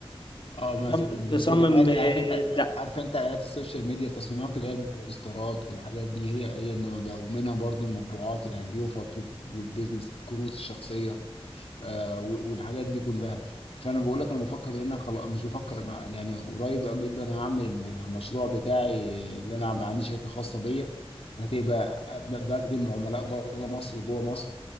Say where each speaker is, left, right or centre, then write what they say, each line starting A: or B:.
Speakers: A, on the left (about 70°); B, on the left (about 50°).
A: اه مثلا
B: تصمم
A: بس
B: تصمم،
A: الحاجات
B: آه،
A: اللي عارف انت
B: لا
A: عارف انت اعلانات السوشيال ميديا التصميمات اللي هي البوسترات والحاجات دي هي هي النوع ده ومنها برضو المطبوعات اليوفط والبيزنس الكروت الشخصيه آه وال- والحاجات دي كلها فانا بقول لك انا بفكر ان انا خلاص مش بفكر انا يعني قريب جدا هعمل المشروع بتاعي اللي انا هبقى عندي شركه خاصه بيا هتبقى ب- بخدم عملاء بره مصر وجوه مصر